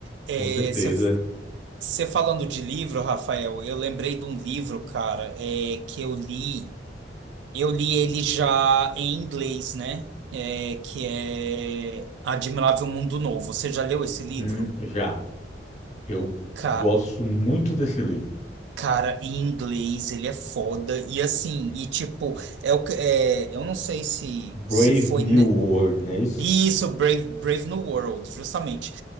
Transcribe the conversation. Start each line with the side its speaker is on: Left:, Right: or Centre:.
Right: É,
Left: com certeza.
Right: você você falando de livro, Rafael, eu lembrei de um livro, cara, é, que eu li. Eu li ele já em inglês, né? É, que é Admirável Mundo Novo. Você já leu esse livro?
Left: Hum, já. Eu
Right: Ca-
Left: gosto muito desse livro.
Right: cara, em inglês ele é foda. E assim, e tipo, é, o que- é, eu não sei se,
Left: Brave
Right: se foi.
Left: New
Right: ne-
Left: World, não é isso?
Right: Isso, Brave, Brave New World, justamente.